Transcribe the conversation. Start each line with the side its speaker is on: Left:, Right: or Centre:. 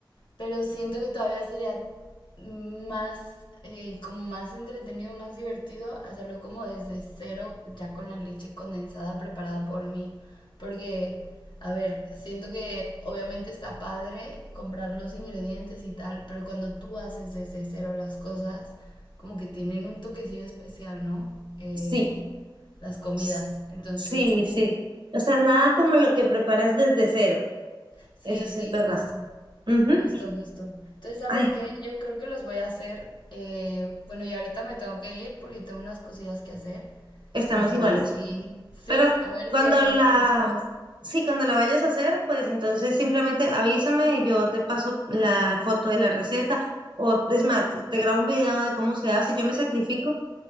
Left: Pero siento que todavía sería más, eh, como más entretenido, más divertido hacerlo como desde cero, ya con la leche condensada preparada por mí. Porque, a ver, siento que obviamente está padre comprar los ingredientes y tal, pero cuando tú haces desde cero las cosas, como que tienen un toquecillo especial, ¿no? Eh,
Right: sí,
Left: las comidas.
Right: s-
Left: Entonces,
Right: sí, sí. O sea, nada como lo que preparas desde cero.
Left: sí,
Right: Eso sí
Left: sí,
Right: es verdad.
Left: justo.
Right: Ujú.
Left: Justo, justo. Entonces, ¿sabes
Right: Ay,
Left: qué? Yo creo que los voy a hacer. eh, bueno, y ahorita me tengo que ir porque tengo unas cosillas que hacer.
Right: estamos
Left: Entonces,
Right: iguales.
Left: a ver si, sí,
Right: Pero
Left: a ver
Right: cuando
Left: si hablamos
Right: la,
Left: después.
Right: sí, cuando la vayas a hacer, pues entonces simplemente avísame, yo te paso la foto de la receta o es más, te grabo un video de cómo se hace, yo me sacrifico.